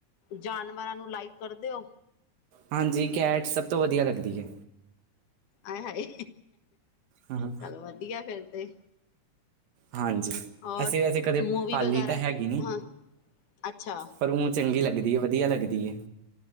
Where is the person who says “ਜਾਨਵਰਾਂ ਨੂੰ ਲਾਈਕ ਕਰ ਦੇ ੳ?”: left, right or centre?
Left